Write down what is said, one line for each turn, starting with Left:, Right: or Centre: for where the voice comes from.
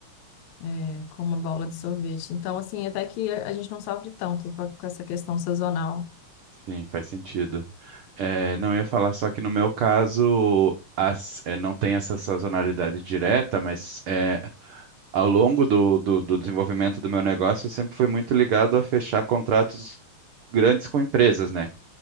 Left: é, com uma bola de sorvete. Então, assim, até que a gente não sofre tanto com a- com essa questão sazonal.
Right: sim, faz sentido. É, não eu ia falar só que no meu caso as, é, não tem essa sazonalidade direta, mas é, ao longo do, do, do desenvolvimento do meu negócio eu sempre fui muito ligado a fechar contratos grandes com empresas, né?